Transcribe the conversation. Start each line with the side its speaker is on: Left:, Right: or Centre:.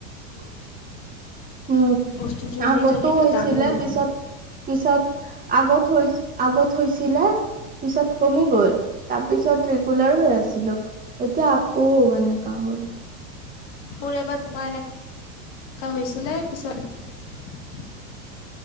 Right: <inaudible> উম,
Left: বস্তু জমি
Right: আগতো
Left: জমি
Right: হৈছিলে
Left: ডাঙৰ হৈ যাব
Right: পিছত, পিছত আগত হৈ, আগত হৈছিলে। পিছত কমি গল তাৰপিছত ৰেগুলাৰ হৈ আছিলো এতিয়া আকৌ এনেকা হ'ল।
Left: মোৰ এবাৰ তোমাৰ এনে কা হৈছিলে পিছত